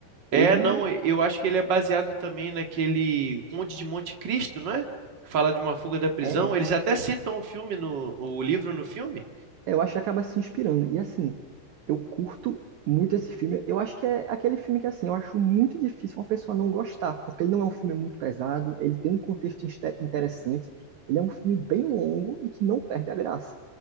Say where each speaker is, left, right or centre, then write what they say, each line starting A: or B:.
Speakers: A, on the right (about 70°); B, on the right (about 35°).
A: Ele
B: É, não, eu acho que ele é baseado também naquele O Conde de Monte Cristo, não é? Que Fala de uma fuga da prisão.
A: é.
B: Eles até citam o filme no, o livro no filme.
A: é, Eu acho que acaba se inspirando. E assim, eu curto muito esse filme. Eu acho que é aquele filme que, assim, eu acho muito difícil uma pessoa não gostar, porque ele não é um filme muito pesado, ele tem um contexto inste- interessante, ele é um filme bem longo e que não perde a graça.